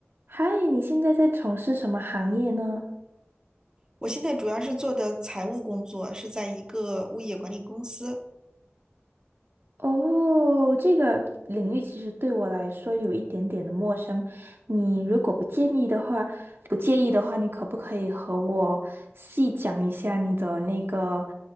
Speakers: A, on the right; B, on the right.
A: 嗨，你现在在从事什么行业呢？
B: 我现在主要是做的财务工作，是在一个物业管理公司。
A: 哦，这个领域其实对我来说有一点点的陌生。你如果不介意的话，不介意的话，你可不可以和我细讲一下你的那个